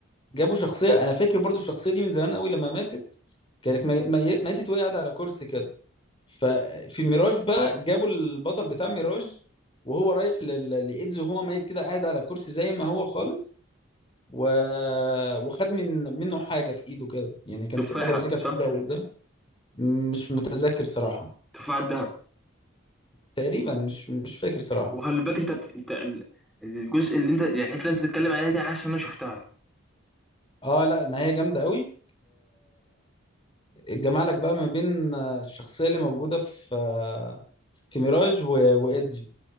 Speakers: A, on the left (about 25°); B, in the centre.
A: جابوا شخصيه انا فاكر برضو الشخصيه دي من زمان قوي لما ماتت كانت مي... مي... ماتت وهي قاعده على كرسي كده ففي ميراج بقى جابوا البطل بتاع ميراج وهو رايح لل... لايدز وهو ميت كده قاعد على كرسي زي ما هو خالص و... وخد من منه حاجه في ايده كده يعني كان
B: تفاحه
A: في حاجه ماسكها
B: صح
A: في ايده او قدام مش متذكر صراحه
B: تفاحه الذهب
A: تقريبا مش مش فاكر صراحه
B: وخلي بالك انت انت ال- الجزء اللي انت يعني الحته اللي انت بتتكلم عليها دي حاسس ان انا شفتها
A: اه لا النهايه جامده قوي جمالك بقى ما بين آه، الشخصيه اللي موجوده في آه، في ميراج و- وايدزي